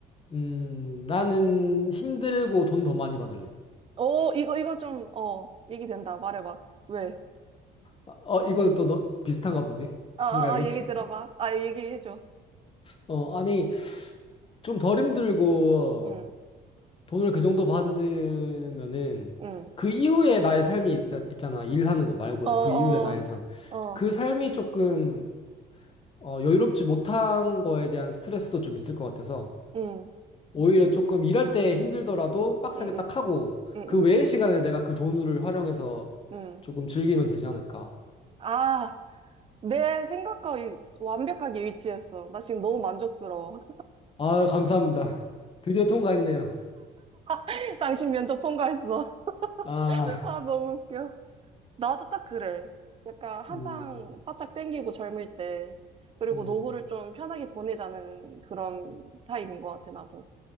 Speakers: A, on the left; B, on the right.
A: 음, 나는 힘들고 돈 더 많이 받을래.
B: 어, 이거, 이거 좀, 어, 얘기 된다. 말해봐. 왜?
A: 어, 어, 이건 또 너, 비슷한가 보지?
B: 어, 어,
A: 생각이.
B: 어, 얘기
A: <laughs>
B: 들어봐. 아, 얘기해줘.
A: 어, 아니, 좀 덜 힘들고
B: 응,
A: 돈을 그 정도 받으면은
B: 응.
A: 그 이후에 나의 삶이 있, 있잖아. 일하는 거 말고
B: 어, 어,
A: 그 이후에 나의 삶.
B: 어,
A: 그 삶이 조금 어, 여유롭지 못한 거에 대한 스트레스도 좀 있을 것 같아서
B: 응,
A: 오히려 조금 일할 때 힘들더라도 빡세게
B: 응,
A: 딱
B: 응,
A: 하고
B: 응,
A: 그
B: 응.
A: 외의 시간을 내가 그 돈을 활용해서
B: 응.
A: 조금 즐기면 되지 않을까.
B: 아, 내 생각과 이- 완벽하게 일치했어. 나 지금 너무 만족스러워.
A: 아, 감사합니다. 드디어 통과했네요.
B: <laughs> 당신 면접 통과했어. <laughs>
A: 아,
B: 아, 너무 웃겨. 나도 딱 그래. 약간 한탕
A: 음,
B: 바짝 땡기고 젊을 때. 그리고
A: 음,
B: 노후를 좀 편하게 보내자는 그런 타입인 것 같아, 나도.